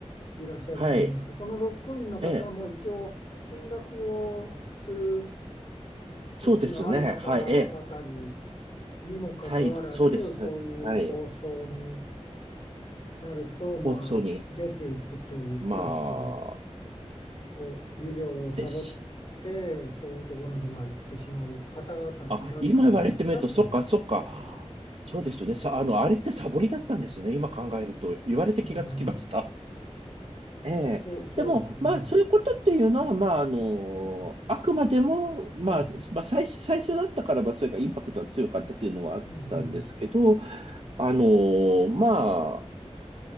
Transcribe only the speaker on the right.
はい。
ええそうですね。
はい。ええ
はい、そうです。はい。
放送に、まあ、
です。あ、今言われてみると、そっか、そっか。そうですね。さ、あの、あれってサボりだったんですね。今考えると。言われて気がつきました。
ええ。
でも、まあ、そういうことっていうのは、
まあ、あの、あくまでも、まあ、
まあ、最初、最初だったからば、それがインパクトが強かったっていうのはあったんですけど、
あの、ま